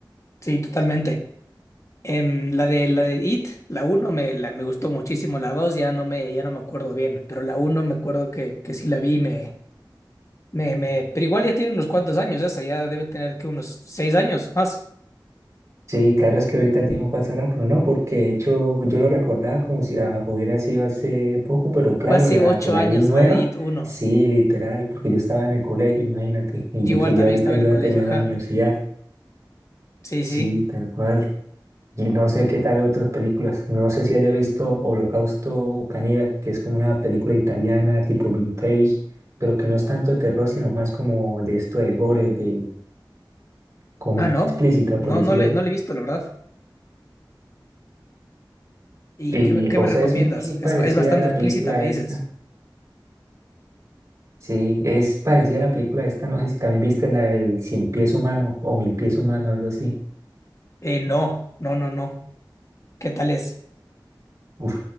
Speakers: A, on the left; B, on the right.
A: sí, totalmente. Em, la de, la de It, la uno me, la- me gustó muchísimo. La 2 ya no me, ya no me acuerdo bien. Pero la uno me acuerdo que, que sí la vi, me, me, me. Pero igual ya tiene unos cuantos años esa, ya debe tener que unos 6 años más.
B: Sí, claro, es que ahorita el tiempo pasa rápido, ¿no? Porque de hecho yo lo recordaba como si ah, hubiera sido hace poco, pero claro,
A: Fue hace
B: la,
A: ocho
B: la
A: años
B: I nueva,
A: la de IT 1.
B: sí, literal, porque yo estaba en el colegio, imagínate, y
A: Yo
B: yo,
A: igual
B: pues
A: también
B: ya ahorita
A: estaba
B: yo
A: en el colegio,
B: ya terminé
A: ajá.
B: la universidad.
A: Sí,
B: Sí,
A: sí.
B: tal cual. Y no sé qué tal otras películas. No sé si haya visto Holocausto Caníbal, que es como una película italiana tipo vintage, pero que no es tanto de terror, sino más como de esto de gore, de como
A: Ah, no.
B: explícita,
A: No,
B: por decirlo
A: no le,
B: así.
A: no le he visto, la verdad. ¿Y
B: Y,
A: qué, me- qué
B: o
A: me recomiendas?
B: sea, es muy parecida
A: Es, es bastante
B: a la
A: explícita,
B: película
A: me dices.
B: esta. Sí, es parecida a la película esta. No sé si también viste la del Cien Pies Humano o Mil Pies Humano, algo así.
A: Eh, no, no, no, no. ¿Qué tal es?
B: Uf,